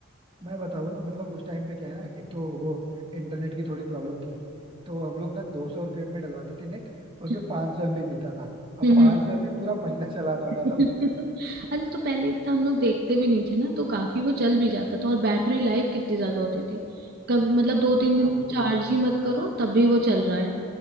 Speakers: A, on the right; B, on the right.
A: मैं बताऊँ ना मतलब उस टाइम पे क्या है ना एक तो वो इंटरनेट की थोड़ी प्रॉब्लम थी तो हम लोग ना दो सौ रुपये में डलवाते थे नेट उसमें
B: हैं।
A: पाँच सौ एमबी मिलता था अब
B: हम्म
A: पाँच सौ एमबी पूरा महीना <laughs> चलाना होता
B: <laughs>
A: था उसमें
B: अरे तो पहले इतना हम लोग देखते भी नहीं थे ना तो काफी वो चल भी जाता था और बैटरी लाइफ कितनी ज्यादा होती थी कब मतलब दो तीन
A: हाँ
B: दिन
A: वो तो
B: चार्ज
A: है
B: ही मत करो तब भी वो चल रहा है